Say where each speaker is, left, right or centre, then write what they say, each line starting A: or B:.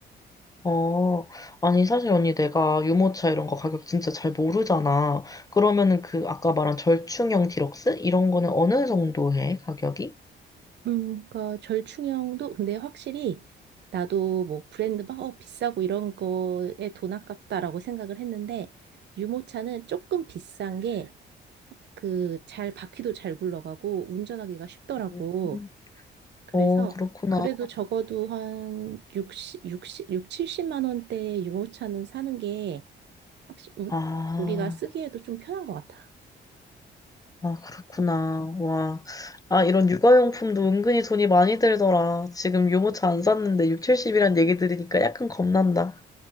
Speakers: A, on the left (about 20°); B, on the right (about 60°).
A: 어, 아니, 사실 언니 내가 유모차 이런 거 가격 진짜 잘 모르잖아. 그러면은 그 아까 말한 절충형 디럭스? 이런 거는 어느 정도 해, 가격이?
B: 음, 그러니까 절충형도 근데 확실히 나도 뭐 브랜드 막 어, 비싸고 이런 거에 돈 아깝다라고 생각을 했는데 유모차는 조금 비싼 게 그 잘 바퀴도 잘 굴러가고 운전하기가 쉽더라고.
A: 음.
B: 그래서
A: 어, 그렇구나.
B: 그래도 적어도 한 60, 육십 육 70만 원대의 유모차는 사는 게 확실히 우,
A: 아,
B: 우리가 쓰기에도 좀 편한 것 같아.
A: 아, 그렇구나. 와. 아, 이런 육아용품도 은근히 돈이 많이 들더라. 지금 유모차 안 샀는데 6, 70이란 얘기 들으니까 약간 겁난다.